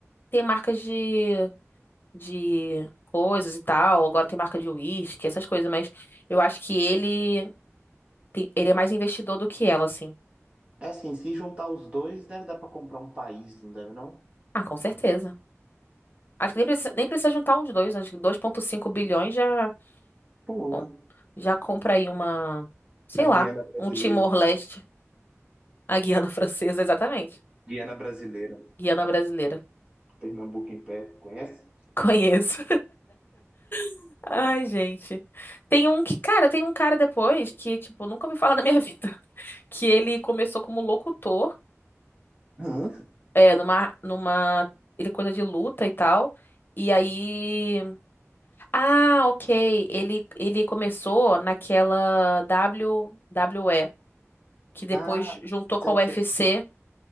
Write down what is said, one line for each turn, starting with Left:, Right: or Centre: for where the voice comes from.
Left: tem marcas de de coisas e tal. Agora tem marca de uísque, essas coisas, mas eu acho que ele tem- ele é mais investidor do que ela, assim.
Right: É assim, se juntar os dois, deve dar pra comprar um país, não deve não?
Left: Ah, com certeza. Acho que nem precisa, nem precisa juntar uns dois, acho que dois vírgula cinco bilhões já
Right: Boa.
Left: bom, já compra aí uma, sei
Right: A Guiana
Left: lá,
Right: brasileira.
Left: um Timor-Leste, a Guiana <laughs> Francesa, exatamente.
Right: Guiana brasileira.
Left: Guiana brasileira.
Right: Pernambuco em pé, conhece?
Left: Conheço. <laughs> Ai, gente. Tem um que, cara, tem um cara depois que, tipo, nunca ouvi falar na minha <laughs> vida. Que ele começou como locutor
Right: Hã?
Left: É, numa, numa. Ele coisa de luta e tal. E aí. Ah, ok. Ele, ele começou naquela WWE, que depois
Right: Ah,
Left: juntou
Right: sei,
Left: com a UFC.
Right: sei.